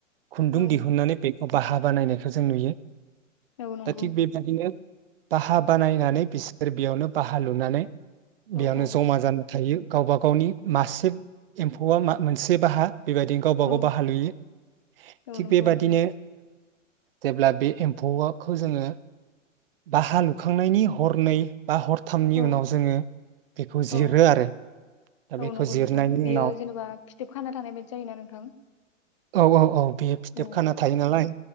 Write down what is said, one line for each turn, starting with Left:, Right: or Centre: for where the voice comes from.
Right: खुन्दुं
Left: औ
Right: दिहुननानै बे अ बाहा बानायनायखौ जों नुयो
Left: औ नंगौ
Right: दा थिख बेबायदिनो बाहा बानायनानै बिसोर बेयावनो बाहा लुनानै बेयावनो
Left: औ औ
Right: जमा जाना थायो। गावबा गावनि मासे एम्फौआ मा मोनसे बाहा बेबायदि गावबा गावबा
Left: औ
Right: बाहा लुयो
Left: औ
Right: थिग
Left: नंगौ
Right: बेबादिनो जेब्ला बे एम्फौखौ जोङो बाहा लुखांनायनि हरनै बा हरथामनि
Left: औ
Right: उनाव जोङो बेखौ जिरो
Left: औ
Right: आरो दा
Left: औ
Right: बेखौ
Left: नंगौ
Right: जिरनायनि
Left: नोंथां बियो
Right: उनाव
Left: जेनेबा फिथोब खाना थानाय बायदि जायोना नोंथां
Right: औ औ औ। बे फिथोब
Left: औ
Right: खाना थायो नालाय